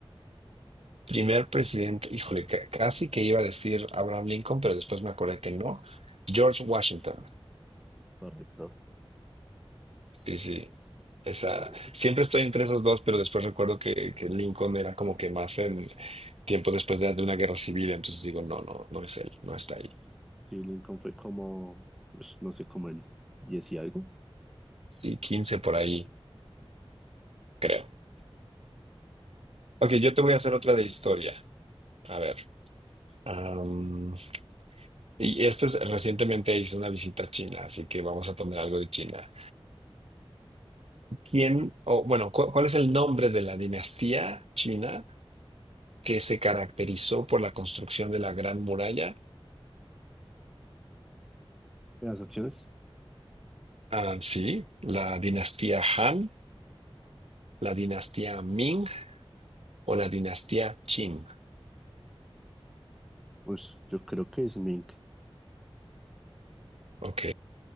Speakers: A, on the right; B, in the centre.
A: Primer presidente, híjole, ca- casi que iba a decir Abraham Lincoln, pero después me acordé que no. George Washington.
B: Correcto.
A: Sí, sí. Esa,
B: Eh,
A: siempre estoy entre esos dos, pero después recuerdo que, que Lincoln era como que más en tiempo después de, de una guerra civil, entonces digo, no, no, no es él, no está ahí.
B: sí, Lincoln fue como, pues no sé, como el 10 y algo.
A: Sí, 15 por ahí, creo. Ok, yo te voy a hacer otra de historia. A ver. am, y esto es, recientemente hice una visita a China, así que vamos a poner algo de China. ¿Quién, o bueno, cu- cuál es el nombre de la dinastía china que se caracterizó por la construcción de la Gran Muralla?
B: las opciones?
A: Ah, sí, la dinastía Han, la dinastía Ming o la dinastía Qing.
B: Pues yo creo que es Mink.
A: Ok.